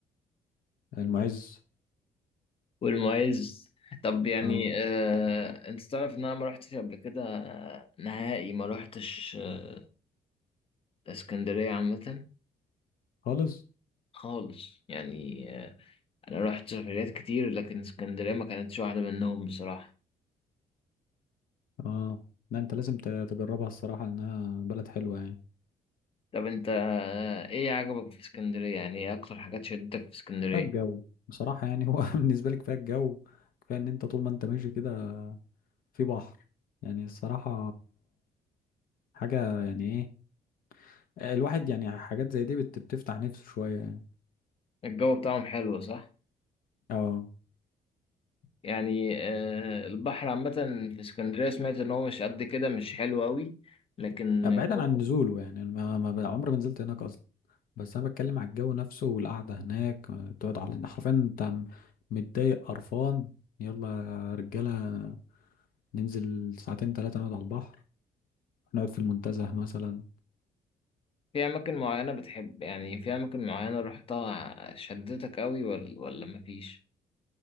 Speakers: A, on the left; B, on the left.
A: المعز
B: والمعز طب يعني
A: اه
B: آه انت تعرف ان انا ما رحتش قبل كده آه، نهائي ما رحتش آه، اسكندرية عامة
A: خالص
B: خالص يعني آه، انا رحت سفريات كتير لكن اسكندريه ما كانتش واحده منهم بصراحه
A: اه لا انت لازم ت- تجربها الصراحه لانها بلد حلوه يعني
B: طب انت آه، ايه عجبك في اسكندريه يعني ايه اكتر حاجات شدتك في اسكندريه
A: كفايه الجو بصراحه يعني هو <laughs> بالنسبه لي كفايه الجو كفايه ان انت طول ما انت ماشي كده في بحر يعني الصراحه حاجه يعني ايه الواحد يعني حاجات زي دي بت- بتفتح نفسه شويه يعني
B: الجو بتاعهم حلو صح
A: اه
B: يعني آه، البحر عامه في اسكندريه سمعت ان هو مش قد كده مش حلو قوي لكن
A: بعيدا
B: الجو
A: عن نزوله يعني أنا ما ما ب- عمري ما نزلت هناك اصلا بس انا بتكلم على الجو نفسه والقعده هناك آه، تقعد على إن حرفيا انت م- متضايق قرفان يلا يا رجاله ننزل ساعتين ثلاثه نقعد على البحر نقعد في المنتزه مثلا
B: في اماكن معينه بتحب يعني في اماكن معينه رحتها شدتك قوي ولا ولا مفيش